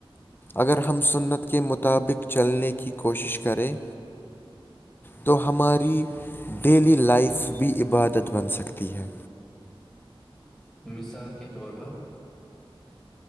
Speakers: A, on the left; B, in the centre.
A: اگر ہم سنت کے مطابق چلنے کی کوشش کرےیں تو ہماری ڈیلی لائف بھی عبادت بن سکتی ہے
B: مثال کے طور پر